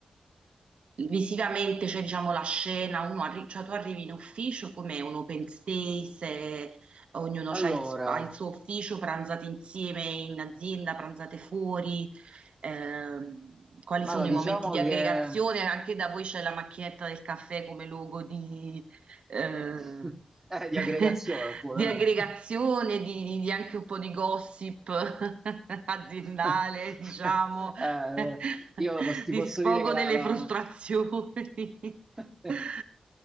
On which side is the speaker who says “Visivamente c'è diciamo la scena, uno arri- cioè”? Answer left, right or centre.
Right